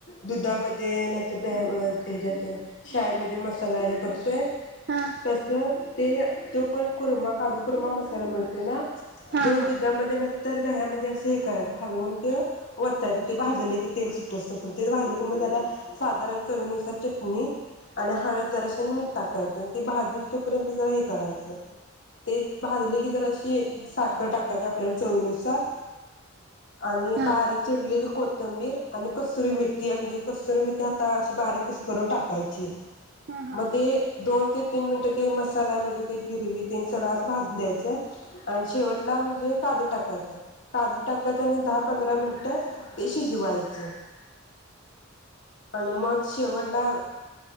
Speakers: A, on the left (about 60°); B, on the right (about 50°).
A: दुधामध्ये नायतर द ह्याच्यात शाळेमध्ये मसाला <unintelligible> करतोय.
B: हां
A: तस. ते तो पण कुरमा, काजू कुरमा मसाला मिळतोय ना?
B: हां
A: तो दुधामध्ये न तर दह्यामध्ये असं हे करायचं हलवून ते वतायचं ते भाजले की तेल सुटत सुटूस पर्यंत पण ते भाजले की जरा साधारण चवीनुसार चटणी आणि हळद जराशी मीठ टाकायचं आणि ते भाजूस तोपर्यंत जरा हे करायचं ते भाजले की जराशी साखर टाकायची आपल्याला चवीनुसार. आणि
B: हां
A: बारीक चिरलेली कोत कोथंबीर आणि कसुरी मेथी म्हणजे कसुरी मेथी हाता अशी बारीक कुस करून टाकायची.
B: हां हां
A: म ते दोन ते तीन मिन त ते मसाला म्हणजे ते गिरवी ते सगळं अस भाजून द्यायच आणि शेवटला म्हणजे काजू टाकायचा काजू टाकायचा आणि दहा पंधरा मिनिट ते शिजवायच. आणि मग शेवट <unintelligible>